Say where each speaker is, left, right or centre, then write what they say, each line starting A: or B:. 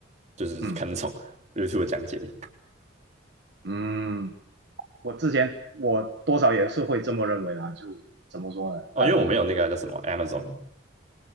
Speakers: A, on the right (about 35°); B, on the right (about 55°).
A: 就是看那种
B: 嗯。
A: YouTube 讲解的。
B: 嗯，我之前我多少也是会这么认为啦，就怎么说呢？
A: 哦，
B: 呃，
A: 因为我没有那个啊叫什么 Amazon。